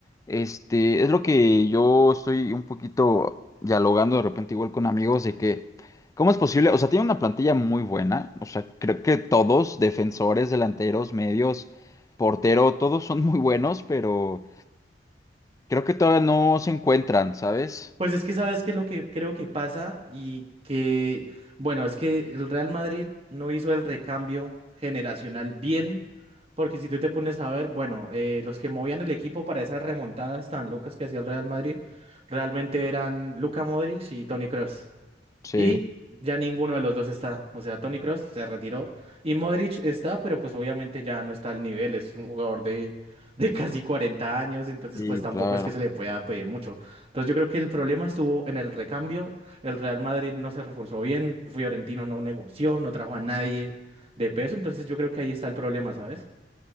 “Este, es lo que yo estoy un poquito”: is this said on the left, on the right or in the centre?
Left